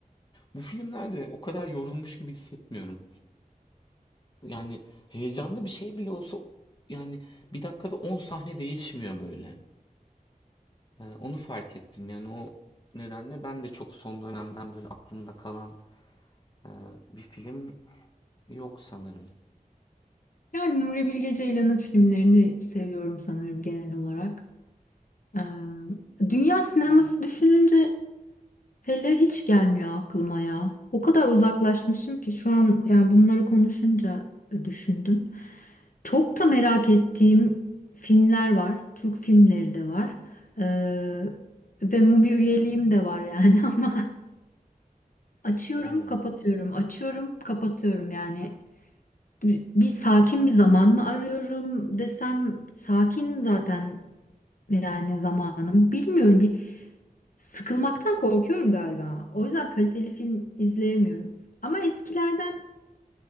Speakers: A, on the left; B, on the left.
A: Bu filmlerde o kadar yorulmuş gibi hissetmiyorum. Yani heyecanlı bir şey bile olsa yani bir dakikada 10 sahne değişmiyor böyle. Ee, onu fark ettim. Yani o nedenle ben de çok son dönemden böyle aklımda kalan e, bir film yok sanırım.
B: Yani Nuri Bilge Ceylan'ın filmlerini seviyorum sanırım genel olarak. Ee, dünya sineması düşününce hele hiç gelmiyor aklıma ya. O kadar uzaklaşmışım ki şu an yani bunları konuşunca düşündüm. Çok da merak ettiğim filmler var. Türk filmleri de var. Ee, ve Mubi üyeliğim de var yani <laughs> ama Açıyorum,
A: Oo.
B: kapatıyorum, açıyorum, kapatıyorum yani. Bir, bir sakin bir zaman mı arıyorum desem sakin zaten yani zamanım. Bilmiyorum bir sıkılmaktan korkuyorum galiba. O yüzden kaliteli film izleyemiyorum. Ama eskilerden